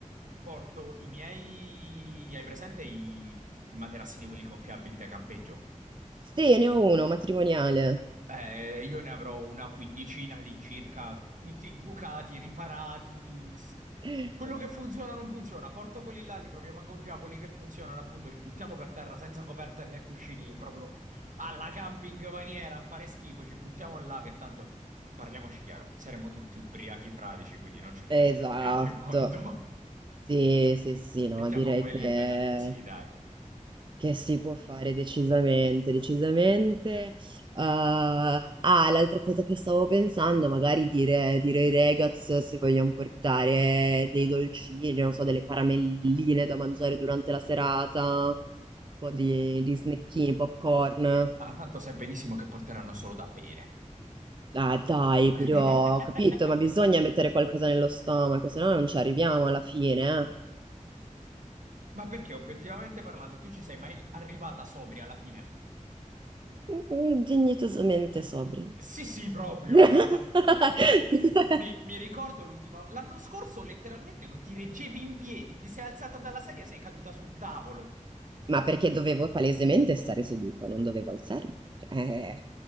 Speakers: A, on the right; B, on the right.
A: porto i miei, hai presente i, i materassini quelli gonfiabili da campeggio?
B: Sì, ne ho uno, matrimoniale.
A: Eh, io ne avrò una quindicina all'incirca, tutti bucati, riparati. s-
B: <laughs>
A: Quello che funziona non funziona, porto quelli là, li proviamo a gonfiare, quelli che funzionano appunto li buttiamo per terra senza coperta e né cuscini, proprio alla camping maniera, a fare schifo, ci buttiamo là che tanto, parliamoci chiaro, saremo tutti ubriachi fradici, quindi non ce ne
B: Esatto.
A: renderemo neanche conto.
B: Sì, sì, sì,
A: <laughs>
B: no,
A: Mettiamo
B: direi
A: quelli
B: che...
A: e bella così, dai.
B: Che si può fare decisamente, decisamente. ah, ah, l'altra cosa che stavo pensando, magari dire, dire ai ragazzi se vogliamo portare dei dolcini, non so, delle caramelline da mangiare durante la serata, un po' di, di snackini, popcorn.
A: Ah, tanto sai benissimo che porteranno solo da bere.
B: Ah, dai,
A: <laughs>
B: però, ho capito, ma bisogna mettere qualcosa nello stomaco, se no non ci arriviamo alla fine,
A: Ma perché obiettivamente parlando, tu ci sei mai arrivata sobria alla fine?
B: eh. Mm, Dignitosamente sobri.
A: Sì, sì, proprio,
B: <laughs>
A: guarda. Mi, mi ricordo l'ultima. L'anno scorso letteralmente non ti reggevi in piedi, ti sei alzata dalla sedia, sei caduta sul tavolo.
B: Ma perché dovevo palesemente stare seduta, non dovevo alzarmi. Cioè,